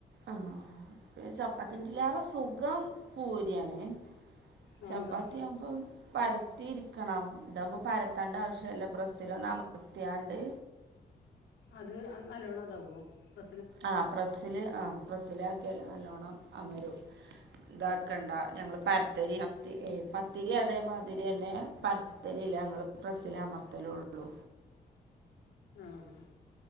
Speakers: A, on the right; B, on the left.
A: ആഹ് പിന്നെ ചപ്പത്തിന്റെ ലേറെ സുഖം പൂരിയാണ്
B: അതെന്താ
A: ചപ്പാത്തിയാകുമ്പം പരത്തിയിരിക്കണം ഇതാവകുമ്പോ പരത്താണ്ട ആവശ്യല്ല പ്രസ്സിൽ ഒന്ന് അമർത്യാണ്ട്
B: അത് നല്ലോണം ഇതാവോ പ്ര
A: ആ പ്രസ്സില് ആ പ്രസ്സൽ ആക്കിയാല് നല്ലവണ്ണം മരും ഇതാക്കണ്ട
B: ആ
A: ഞങ്ങള് പരത്തരി പ ഏഹ് പത്തിരി അതേമാതിരി തന്നെ പരത്തിരില്ല ഞങ്ങള പ്രസ്സില് അമർത്തല് ഒള്ളൂ
B: ആഹ്